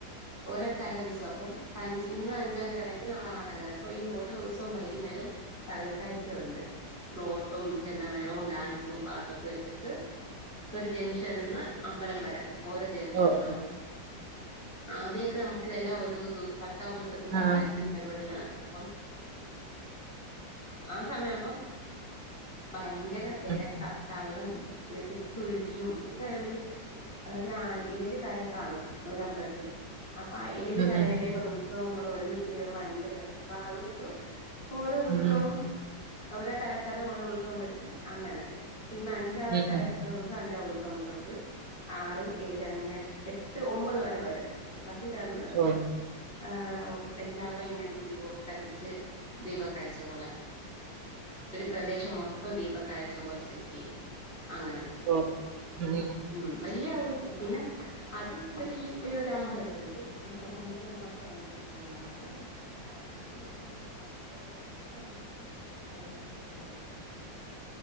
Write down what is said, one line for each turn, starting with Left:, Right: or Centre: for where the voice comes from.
Left: ഓരോ കര ഉത്സവ അപ്പോം അഞ്ച ഇന്ന് അഞ്ചാം കരയാണെങ്കിൽ നാളെ ആ റാം കര അങ്ങനെ അപ്പൊ ഈ ഓരോ ദിവസവും വൈയ്കിന്നേരം പകൽക്കാഴ്ച ഉണ്ട് ഫ്ലോട്ടും ചെണ്ടമേളവും ഡാൻസും പാട്ടൊക്കെ വെച്ച്ട്ട് ഒരു ജൻഷന്ന്ന് അമ്പലം വരെ ഓരോ ജൻഷന്
Right: ഓ
Left: ന്ന് അമ്പലം ആദ്യവൊക്കെ നമുക്ക് ഇതെല്ലാം ഒരു ഇത് പത്താം ഉത്സവത്തിന്റെ
Right: ആ
Left: അന്നായിരുന്നു പരിപാടിയിലാ അപ്പം ആ സമയം ആകുമ്പോ ഭയങ്കര തെരക്കാ
Right: ഉം
Left: തള്ളും തി ക്കും ഇടിയും എന്ന് വച്ചാ എ ഒര് ആ ഏഴ് കര കാണും ഒരമ്പലത്തില് അപ്പൊ ഏഴ്
Right: ഉം
Left: കരയിലേയും കൂടെ ഉത്സവം കൂടെ ഒരുമിച്ച് ചേർന്ന് ഭയങ്കര രസവാ അപ്പൊ അതുകൊണ്ട് ഓരോ ഉത്സവവും
Right: ഉം
Left: ഓരോ കരക്കാരുടെ ഓരോ ഉത്സവം വെച്ച് അങ്ങനെ അപ്പോ ഇന്ന് അ ഞ്ചാം
Right: ഉം
Left: കരക്കാരുടെ
Right: ഉം
Left: ഉത്സവം അഞ്ചാം ഉത്സവം തൊട്ട് ആറ് ഏഴ് അങ്ങനെ ട്ട് ഒമ്പത് വരെ വരും പത്തിന്റെ അന്ന്
Right: ആഹ്
Left: ആഹ് ഓ എല്ലാടവും ഇങ്ങനെ ദീപവൊക്കെ കത്തിച്ച് ദീപ കാഴ്‌ച പോലെ ഒരു പ്രദേശം മൊത്തം ദീപ കാഴ്ച പോലെ സെറ്റ് ചെയും അങ്ങനെ
Right: ഓ ഉം
Left: ഉം വല്യ ഉത്സവവാ പിന്നെ അത് ഈ ഒരു ഈ ഒരു അമ്പലത്തിൽ ഇത് ഒര് അമ്പലത്തിലെ മാത്രമാണ് ഇത് അല്ലാതെ <unintelligible> മൊത്തം അമ്പലം ആകും പോലെ ഒര് പകൽ കാഴ്ചയാ മൊത്തത്തില്